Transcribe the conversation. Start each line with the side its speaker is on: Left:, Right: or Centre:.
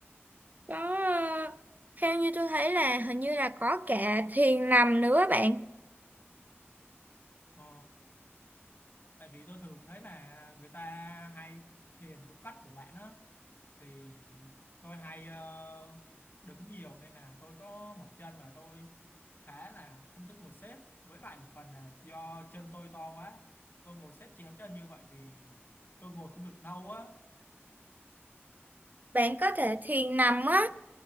Right: Có ờ, theo như tôi thấy là hình như là có cả thiền nằm nữa á bạn.
Left: Ờ, tại vì tôi thường thấy là người ta hay thiền trong cách của bạn á thì tôi hay ờ, đứng nhiều nên là tôi có mỏi chân và tôi khá là không thích ngồi xếp với lại một phần là do chân tôi to quá tôi ngồi xếp chéo chân như vậy thì tôi ngồi không được lâu á <laughs>
Right: Bạn có thể thiền nằm á,